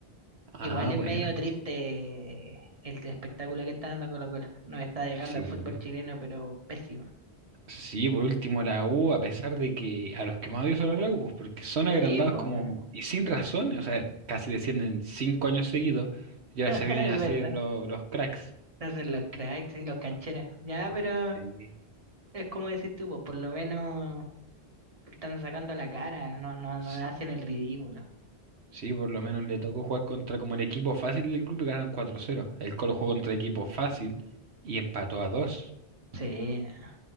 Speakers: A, on the right (about 80°); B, on the right (about 35°).
A: Ah,
B: Igual es
A: bueno
B: medio triste el espectáculo que está dando Colo Colo. Nos está dejando
A: Sí.
B: al fútbol chileno, pero pésimo.
A: Sí, por último la U, a pesar de que a los que más odio son a la U, pues porque son agrandados
B: Sí, pues.
A: como y sin razón, o sea, casi descienden cinco años seguidos, ya
B: <laughs> Es
A: se vienen a hacer
B: verdad.
A: lo- los cracks.
B: no hacen los cracks y los cancheros. Ya, pero
A: Sí.
B: es como decir tú, po, por lo menos están sacando la cara, no, no,
A: Sí,
B: no hacen el ridículo.
A: Sí, por lo menos le tocó jugar contra como el equipo fácil del grupo y ganaron cuatro cero El Colo jugó contra equipo fácil y empató a dos
B: Sí, na.